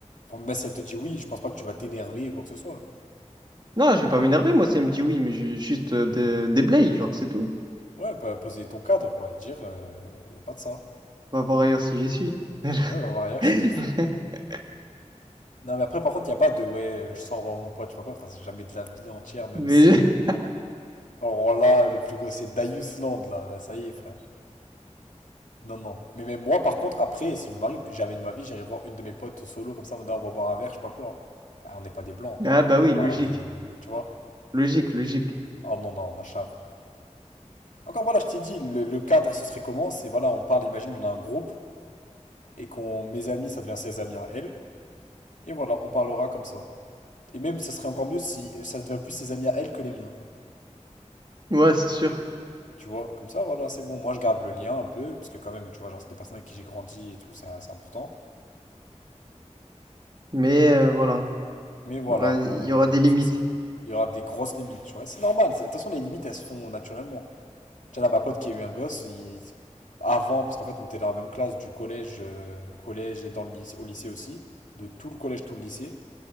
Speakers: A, on the left; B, on the right.
A: enfin, même si elle te dit oui, je pense pas que tu vas t'énerver ou quoi que ce soit.
B: Non, je vais pas m'énerver, moi, si elle me dit oui, mais je- juste euh, des, des blayes, genre, c'est tout.
A: Ouais, bah, poser ton cadre, quoi, et dire, il n'y a pas de ça.
B: On va voir ailleurs si j'y suis.
A: Ouais, va voir ailleurs
B: <laughs>
A: si j'y suis. Non, mais après, par contre, il n'y a pas de, ouais, euh, je sors voir mon pote, je sais pas quoi, frère, c'est jamais de la vie entière, même
B: Mais
A: si.
B: je-
A: Alors là, le plus gros, c'est Darius Land, là, là, ça y est, frère. Non, non. Mais même moi, par contre, après, si je me marie, jamais de ma vie, j'irai voir une de mes potes solo, comme ça, en mode, Ah, on va boire un verre, je sais pas quoi. Ah, on n'est pas des blancs.
B: Ah, bah oui, logique.
A: Ah, on est- Tu vois?
B: Logique, logique.
A: Oh non, non, on a chave. Encore voilà, je t'ai dit, le, le cadre, ce serait comment? C'est voilà, on parle, imagine, on a un groupe, et qu'on, mes amis, ça devient ses amis à elle. Et voilà, on parlera comme ça. Et même, ça serait encore mieux si ça devient plus ses amis à elle que les miens.
B: Ouais, c'est sûr.
A: Tu vois, comme ça, voilà, c'est bon. Moi, je garde le lien un peu, parce que quand même, tu vois, genre, c'est des personnes avec qui j'ai grandi et tout, c'est c'est important.
B: Mais euh, voilà,
A: Mais voilà,
B: il y aura il
A: on...
B: y aura des limites.
A: c'est- c'est- il y aura des grosses limites, tu vois. C'est normal, c'est- de toute façon, les limites, elles se font naturellement. Tu vois, là, ma pote qui a eu un gosse, il- avant, parce qu'en fait, on était dans la même classe du collège, euh, collège et dans le lycée, au lycée aussi, de tout le collège, tout le lycée.